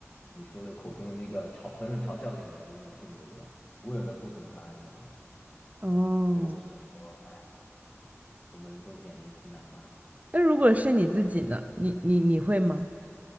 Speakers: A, on the left; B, on the right.
A: 你说的口中的那个嘲狠狠嘲笑那个人的那种性格一样。我也能共情他，你知道吗？
B: 哦，
A: 所以我只能说，哎呀，我们都勉为其难吧。
B: 那如果是你自己呢？你你你会吗？